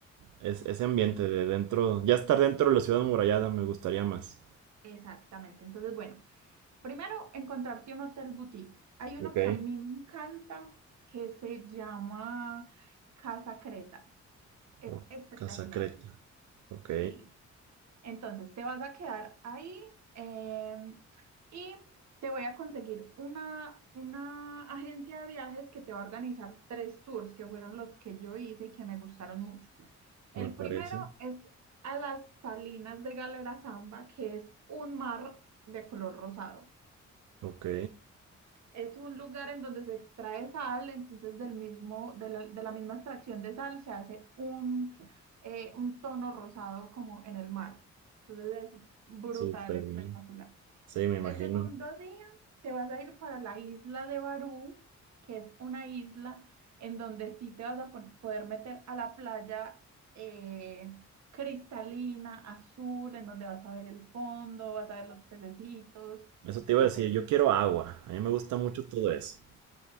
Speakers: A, on the right (about 80°); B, on the right (about 65°).
A: es- ese ambiente
B: Sí.
A: de dentro, ya estar dentro de la ciudad amurallada me gustaría más.
B: Exactamente. Entonces, bueno, primero encontrarte un hotel boutique. Hay uno
A: Ok.
B: que a mí me encanta que se llama Casa Creta. Es
A: O
B: espectacular.
A: Casa Creta. Ok,
B: Sí. Entonces, te vas a quedar ahí em, y te voy a conseguir una, una agencia de viajes que te va a organizar tres tours que fueron los que yo hice y que me gustaron mucho. El
A: me parece.
B: primero es a las Salinas de Galera Zamba, que es un mar de color rosado.
A: Ok,
B: Es un lugar en donde se extrae sal, entonces del mismo, de la, de la misma extracción de sal se hace un, eh, un tono rosado como en el mar. Entonces es brutal,
A: súper
B: espectacular.
A: bien. Sí, me imagino.
B: El segundo día te vas a ir para la isla de Barú, que es una isla en donde sí te vas a po- poder meter a la playa eh, cristalina, azul, en donde vas a ver el fondo, vas a ver los pececitos,
A: Eso te iba
B: etc.
A: a decir, yo quiero agua. A mí me gusta mucho todo eso.